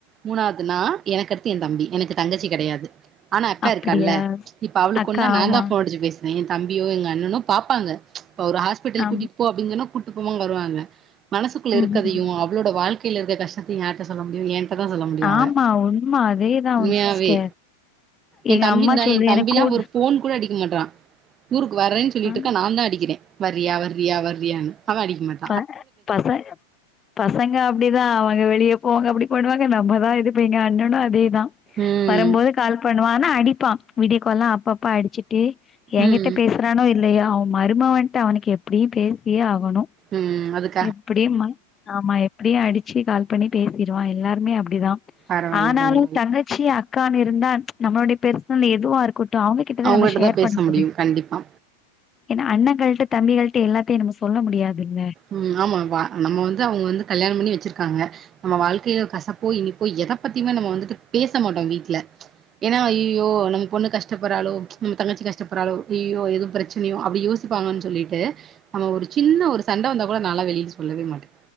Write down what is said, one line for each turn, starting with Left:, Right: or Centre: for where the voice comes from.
Right: மூணாவதுனா எனக்கு அடுத்து ஏ தம்பி எனக்கு தங்கச்சி கெடையாது ஆனா அக்கா
Left: அப்டியா
Right: இருக்கால்ல இப்ப அவளுக்கு
Left: அக்கா
Right: ஒண்ணுனா நா
Left: ஆமா
Right: தா போன் அடிச்சு பேசுவே ஏ தம்பியோ எங்க அண்ணனோ பாப்பாங்க இப்போ ஒரு ஹாஸ்பிட்டல்
Left: ஆம்
Right: கூட்டி கோ அப்டின்னு சொன்னா கூட்டு போவோ வருவாங்க மனசுக்குள்ள
Left: ம்
Right: இருக்கதையு
Left: ம்
Right: உங்களோட வாழ்க்கையில இருக்குற கஷ்டத்தையு யார்ட சொல்ல முடியு ஏன்ட ஏங்கிட்ட தா சொல்ல முடியு அவ
Left: ஆமா உண்ம அதேதா
Right: உண்மையாவே
Left: சிஸ்டர்
Right: ஏ
Left: எங்க
Right: தம்பி
Left: அம்மா
Right: இந்தா
Left: சொல்லு
Right: ஏ தம்பில்லா
Left: எனக்கு கூட
Right: ஒரு போன் கூட அடிக்க மாட்றா ஊருக்கு வரேன்னு சொல்லிட்டுக்கா
Left: ஆ
Right: நான் த அடிக்கிறே வர்ரியா வர்ரியா வர்ரியான்னு அவே அடிக்க மாட்
Left: ப பச பசங்க அப்டிதா அவங்க வெளியே போக அப்டி பண்ணுவாங்க நம்ம தா இது பேங்க அண்ணனு அதேதா
Right: ம்
Left: வரம்போது கால் பண்ணுவா ஆனா அடிப்பா வீடியோ கால்லா அப்பப்பா அடிச்சிட்டு ஏங்கிட்ட
Right: ம்
Left: பேசுறானோ இல்லையா அவன் மருமாவன்ட்டு அவனுக்கு எப்டியு பேசியே ஆகணு
Right: ம் அதுக்
Left: எப்டியுமாங் ஆம்மா எப்புடியு அடிச்சு கால் பண்ணி பேசிருவான் எல்லாருமே அப்டிதா
Right: பரவால்ல
Left: ஆனாலு
Right: பரவால்ல
Left: தங்கச்சி அக்கானு இருந்தா நம்மளுடைய பெர்சனல் எதுவா இருக்கட் அத அவுங்ககிட்டதா
Right: அவங்ககிட்டதா
Left: நம்ம ஷேர்
Right: பேச
Left: பண்ண முடியு
Right: கண்டிப்பா
Left: ஏனா அண்ணங்கள்ட தம்பிகள்ட எல்லாத்தையு நம்ம சொல்ல முடியாதுல்ல
Right: ம் ஆமா வா நம்ம வந்து அவுங்க வந்து கல்யாணோ பண்ணி வச்சுருக்காங்க நம்ம வாழ்க்கையில கசப்போ இனிப்போ எத பத்தியுமே நம்ம வந்துட்டு பேச மாட்டோ வீட்ல ஏனா ஐயயோ நம்ம பொண்ணு கஷ் கஷ்டப்படுறாலோ நம் தங்கச்சி கஷ்டபடுறாளோ நம்ம தங்கச்சி கஷ்டபடுறாளோ ஐயயோ எது பிரச்சனையோ அப்டி யோசிப்பாங்கன்னு சொல்லிட்டு நம்ம ஒரு சின்ன ஒரு சண்ட வந்தா கூட நாலா வெளிய சொல்லவே மாட்டே